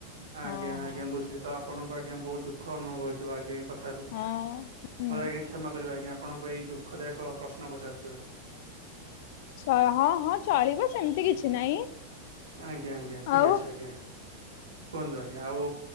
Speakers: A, on the right; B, on the left.
A: ଆଜ୍ଞା
B: ହଁ ହଁ।
A: ଆଜ୍ଞା ବୁଝିଲି ତ ଆପଣଙ୍କୁ ଆଜ୍ଞା ବହୁତ ଦୁଃଖ ଅନୁଭବ ହେଇଥିବ ଆଜ୍ଞା ଏଇ କଥାରୁ। ମତେ
B: ହଁ ହୁଁ
A: ଆଜ୍ଞା କ୍ଷମା କରିବା ଆଜ୍ଞା ଆପଣଙ୍କୁ ଏଇ ଦୁଖଦାୟକ ପ୍ରଶ୍ନ ପଚାରୁଥିବାରୁ।
B: ସ ହଁ ହଁ ଚଳିବ ସେମିତି କିଛି ନାହିଁ।
A: ଆଜ୍ଞା ଆଜ୍ଞା ଠିକ୍
B: ଆଉ।
A: ଅଛି ଆଜ୍ଞା କୁହନ୍ତୁ ଆଜ୍ଞା ଆଉ